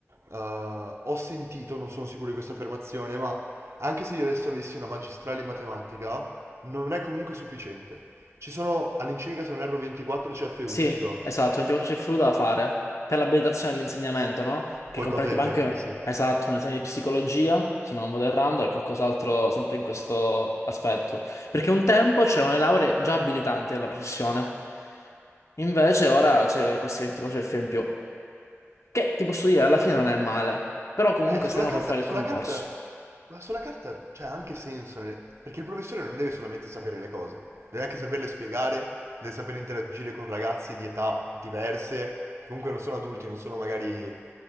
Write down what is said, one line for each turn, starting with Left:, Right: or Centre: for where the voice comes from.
Right: Eh, ho sentito, non sono sicuro di questa affermazione, ma anche se io adesso avessi una magistrale in matematica, non è comunque sufficiente. Ci sono all'incirca, se non erro, 24 CFU,
Left: Sì,
Right: giusto?
Left: esatto, 24 c'è fluido da fare per l'abilitazione dell'insegnamento, no? Che
Right: Qualcosa
Left: comprende
Right: del
Left: tipo anche,
Right: genere, sì.
Left: esatto, un esame di psicologia, se non vado errando, e qualcos'altro sempre in questo aspetto. Perché un tempo c'erano le lauree già abilitanti alla professione, invece ora c'è questi 24 CFU in più, che ti posso dire, alla fine non è male, però comunque
Right: Eh, sulla
Left: servono
Right: carta,
Left: per fare il
Right: sulla
Left: concorso.
Right: carta, ma sulla carta c'è anche senso, nel- perché il professore non deve solamente sapere le cose, deve anche saperle spiegare, deve sapere interagire con ragazzi di età diverse, che comunque non sono adulti, non sono magari i